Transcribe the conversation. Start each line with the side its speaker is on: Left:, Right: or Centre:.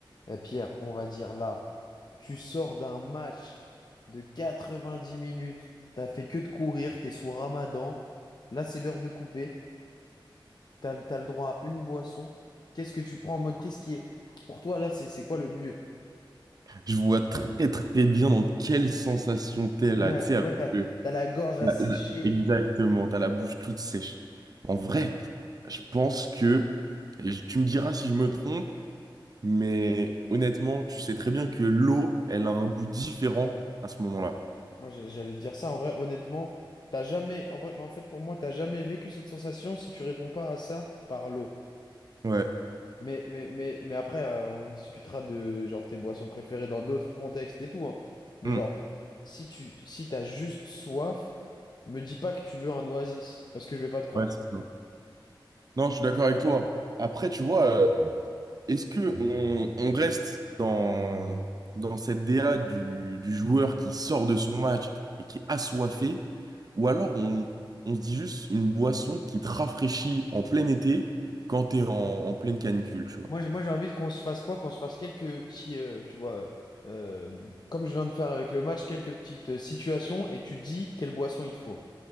Left: Eh Pierre, on va dire là, tu sors d'un match de 90 minutes, t'as fait que de courir, t'es sous Ramadan, là c'est l'heure de couper, t'as, le- t'as le droit à une boisson. Qu'est-ce que tu prends en mode, qu'est-ce qui est... Pour toi là, c'est c'est quoi le mieux?
Right: Je vois très très bien dans quelle sensation t'es
Left: Ouais,
Right: là, tu sais,
Left: tu
Right: avec
Left: vois, t'as,
Right: le-
Left: t'as la gorge asséchée.
Right: la- la- exactement, t'as la bouche toute sèche. En vrai, je pense que, et je- tu me diras si je me trompe, mais honnêtement, tu sais très bien que l'eau, elle a un goût différent à ce moment-là.
Left: Moi j'ai- j'allais te dire ça, en vrai, honnêtement, t'as jamais, en vrai, en fait pour moi, t'as jamais vécu cette sensation si tu réponds pas à ça par l'eau.
Right: Ouais,
Left: Mais, mais, mais, mais après, euh, on discutera de genre tes boissons préférées dans d'autres contextes et tout. hein. Mais
Right: Mm.
Left: genre, si tu si t'as juste soif, me dis pas que tu veux un oasis, parce que je vais pas te croire.
Right: Ouais, c'est ça. Non, je suis d'accord avec toi. Après, tu vois, euh, Est-ce que on, on reste dans, dans cette DA du, du joueur qui sort de son match et qui est assoiffé, ou alors on, on se dit juste une boisson qui te rafraîchit en plein été quand t'es en, en pleine canicule, tu vois.
Left: Moi, je- moi j'ai envie qu'on se fasse quoi? Qu'on se fasse quelques petits, euh, tu vois, euh, comme je viens de faire avec le match, quelques petites euh, situations et tu dis quelle boisson il te faut.